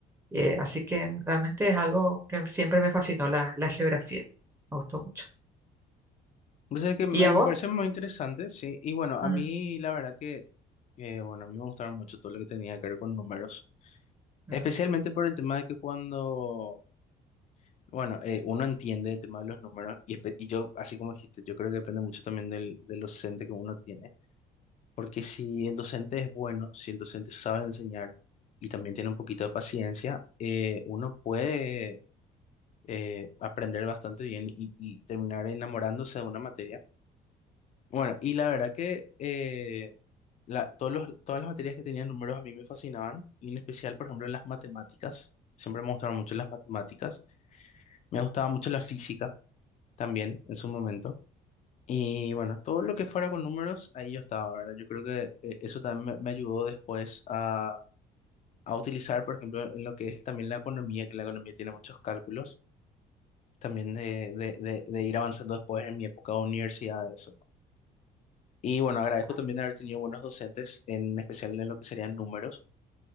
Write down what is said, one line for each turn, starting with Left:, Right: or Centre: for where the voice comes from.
Right: eh, así que realmente es algo que siempre me fascinó la, la geografía, me gustó mucho.
Left: O sea que me,
Right: ¿Y a
Left: me
Right: vos?
Left: parece muy interesante, sí. Y bueno, a
Right: Mm,
Left: mí la verdad que, que, bueno, a mí me gustaron mucho todo lo que tenía que ver con números.
Right: mm,
Left: Especialmente por el tema de que cuando, bueno, eh, uno entiende el tema de los números y, espe- y yo, así como dijiste, yo creo que depende mucho también del, del docente que uno tiene. Porque si el docente es bueno, si el docente sabe enseñar y también tiene un poquito de paciencia, eh, uno puede eh, aprender bastante bien y y terminar enamorándose de una materia Bueno, y la verdad que eh, la- todos los, todas las materias que tenían números a mí me fascinaban, y en especial, por ejemplo, las matemáticas. Siempre me gustaron mucho las matemáticas. Me gustaba mucho la física también en su momento. Y bueno, todo lo que fuera con números, ahí yo estaba, ¿verdad? Yo creo que eh, eso también me, me ayudó después a, a utilizar, por ejemplo, en lo que es también la economía, que la economía tiene muchos cálculos, también de, de, de, de ir avanzando después en mi época de universidad, eso. Y bueno, agradezco
Right: ah,
Left: también haber tenido buenos docentes, en especial en lo que serían números,